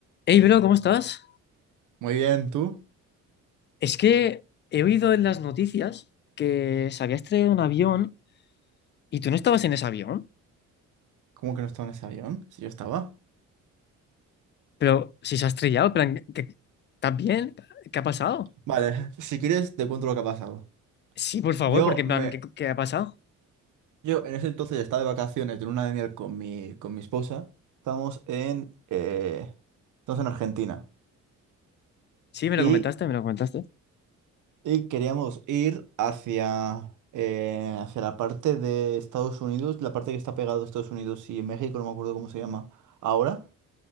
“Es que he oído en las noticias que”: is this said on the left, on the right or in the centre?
Left